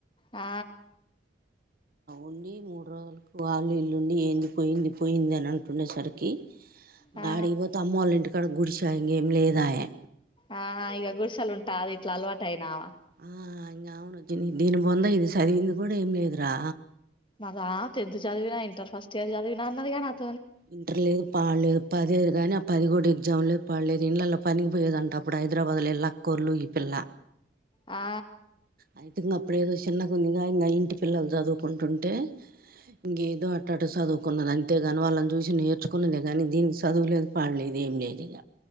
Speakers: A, on the left; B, on the right.
A: ఆ
B: ఉండి మూడు రోజులకు వాళ్లు ఇల్లుండి ఏంది పోయింది పోయింది అని అంటునేసరికి
A: ఆ
B: ఆడిగిపోతే అమ్మోళ్ళ ఇంటికాడ గుడిస ఇంకేం లేదాయే
A: ఆ ఇగ గుడ్సల్ ఉంటాది ఇట్ల అల్వాట అయినామా
B: ఆ ఇంగ అవును దీని బొంద ఇది చదివింది కూడా ఏం లేదురా
A: మరి ఆ టెన్త్ చదివిన ఇంటర్ ఫస్ట్ ఇయర్ చదివినా అన్నది కదా నాతో
B: ఇంటర్ లేదు పాడులేదు పదిదు గాని ఆ పది కూడా ఎగ్జామ్ లేదు పాడులేదు ఇండ్లలో పనికిపోయేదంట అప్పుడు హైదరాబాద్లో వాళ్ళ అక్కోలు ఈ పిల్ల
A: ఆ
B: అయితే ఇంక అప్పుడు ఏదో చిన్న కొన్నిగా ఇంకా ఇంటి పిల్లలు చదువుకుంటుంటే ఇంకేదో అట్టట చదువుకున్నది అంతేగాని వాళ్ళని చూసి నేర్చుకున్నదే గానీ దీనికి చదువవులేదు పాడులేదు. ఏం లేదు ఇగ